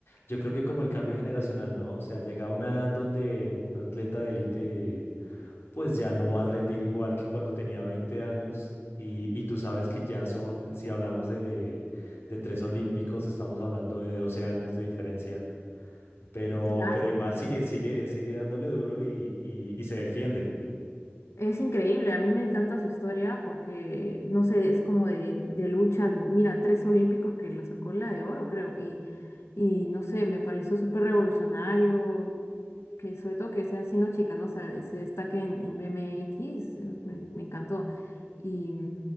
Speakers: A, on the left (about 60°); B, on the left (about 75°).
A: yo creo que como el cambio generacional, ¿no? O sea, llega a una edad donde un atleta de élite, pues ya no va a rendir igual que cuando tenía 20 años. Y, y tú sabes que ya son, si hablamos de, de tres olímpicos, estamos hablando de 12 años de diferencia. Pero,
B: Claro,
A: pero igual sigue,
B: claro.
A: sigue, sigue dándole duro y, y, y se defiende.
B: Es increíble, a mí me encanta su historia porque, no sé, es como de, de lucha, mira, tres olímpicos que la sacó la de oro, creo, y, y no sé, me pareció súper revolucionario, que sobre todo que sea siendo chica, ¿no? O sea, se destaque en, en BMX, eh, me, me encantó. Y,